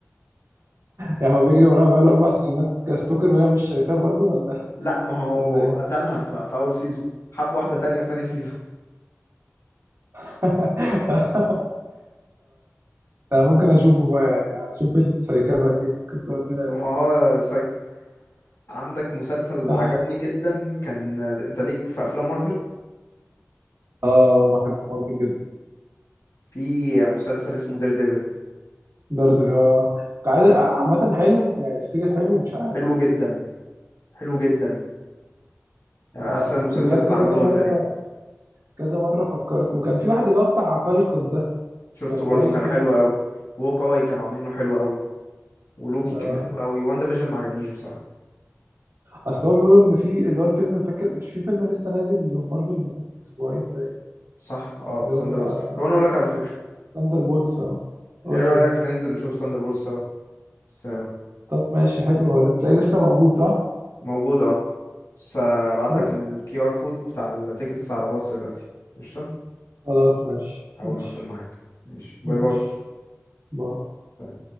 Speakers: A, on the right (about 75°); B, on the left (about 80°).
A: يعني هو بيجري وراها بقاله اربع سيزونات كستوكر وهي مش شايفاه برضه ولا
B: لا ما هو
A: ولا ايه
B: قتلها في, في اول سيزون حب واحدة تانية في تاني سيزون
A: <laughs> انا ممكن اشوفه بقى يعني اشوف السايكابا دي ممكن تودينا
B: <laughs>
A: ليه
B: ما هو سايكو عندك مسلسل
A: اه
B: عجبني جدا كان انت ليك في افلام مارفل
A: آه، بحب مارفل جدا.
B: في مسلسل اسمه دير ديفل
A: درد في اه قاعد عامة حلو يعني تفتكر حلو مش عارف
B: حلو جدا حلو جدا يعني
A: آه
B: احسن المسلسلات
A: بجد
B: اللي
A: كذا
B: عملوها
A: مرة
B: تقريبا
A: كذا مرة فكرت وكان في واحد اللي هو بتاع فالكون ده
B: شفته
A: كان قريب
B: برضو كان
A: برضو
B: حلو
A: كنت-
B: قوي وهوك اي كانوا عاملينه حلو قوي ولوكي
A: آه
B: كان حلو قوي واندا فيجن ما عجبنيش بصراحة
A: اصل هو بيقولوا ان في اللي هو الفيلم فاكر مش في فيلم لسه نازل لمارفل من اسبوعين باين
B: صح اه
A: اللي
B: ساندر
A: هو
B: بولز طب انا اقول لك على فكرة
A: ثاندر بولز اه قول
B: ايه رأيك
A: لي اه
B: ننزل نشوف ساندر بولز سوا في السينما
A: طب ماشي حلو هتلاقيه لسه موجود صح؟
B: موجود اه بس هبعت
A: طيب
B: لك الكي ار كود بتاع التيكتس على الواتس دلوقتي قشطة
A: خلاص ماشي
B: اول
A: ماشي
B: ما اقفل معاك ماشي باي
A: ماشي باي
B: باي